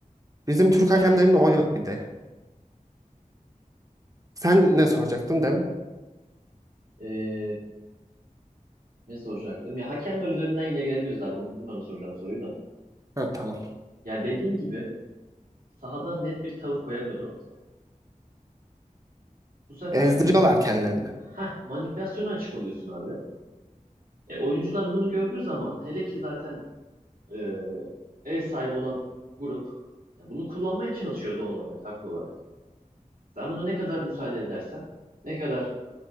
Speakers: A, on the right (about 25°); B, on the right (about 90°).
A: Bizim Türk
B: Bence
A: hakemlerinde
B: de.
A: o yok bir de. Sen ne soracaktın değil mi?
B: Ee, ne soracaktım? Ya hakemler üzerinden yine gelebiliriz abi. Unuttum ben o soracağım soruyu da.
A: Ha, tamam.
B: Ya dediğin gibi sahada net bir tavır koyamıyordu ortaya. Bu sefer
A: Ezdiriyorlar kendilerini.
B: heh, manipülasyona açık oluyorsun abi. E, oyuncular bunu gördüğü zaman hele ki zaten e, ev sahibi olan grup ya bunu kullanmaya çalışıyor doğal olarak, haklı olarak. Sen buna ne kadar müsaade edersen, ne kadar